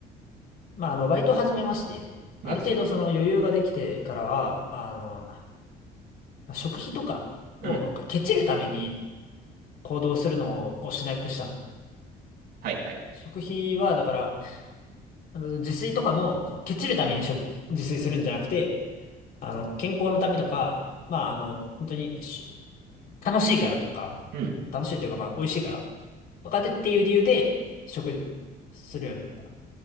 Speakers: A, on the left (about 60°); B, on the right (about 70°).
A: まああの、バイト始めまして、
B: まあそ
A: ある程度その余裕ができてからは、あの、食費とかを、
B: う。うん。
A: なんかケチるために行動するのをしなくしたの。
B: はいはい。
A: 食費は、だから、あの自炊とかも、そのケチるために食、自炊するんじゃなくて、あの、健康のためとか、まあ、あの、本当にし楽しいからというか、
B: うん。
A: 楽しいというか、まあ、美味しいから、とかでっていう理由で、食事するようになった。